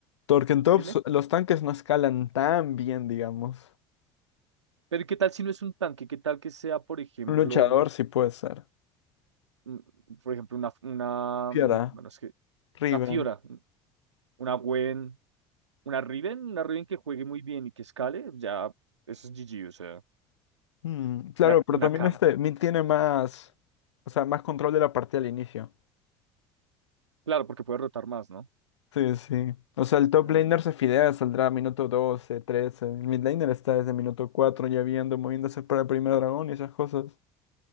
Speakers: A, on the left; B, on the right.
A: Torkentops,
B: dime,
A: los tanques no escalan tan bien, digamos.
B: pero ¿qué tal si no es un tanque? ¿Qué tal que sea, por ejemplo...
A: Un luchador sí puede ser.
B: mm, por ejemplo, una, una,
A: Fiora,
B: mm, bueno, es que
A: Riven.
B: una Fiora, una Gwen, una Riven, una Riven que juegue muy bien y que escale, ya eso es GG, o sea,
A: Mm, claro,
B: una,
A: pero
B: una
A: también
B: Cam.
A: este mid tiene más, o sea, más control de la partida al inicio.
B: Claro, porque puede rotar más, ¿no?
A: Sí, sí. O sea, el top
B: Mm,
A: laner se fidea, saldrá minuto 12, trece, El mid laner está desde minuto 4 ya viendo, moviéndose para el primer dragón y esas cosas.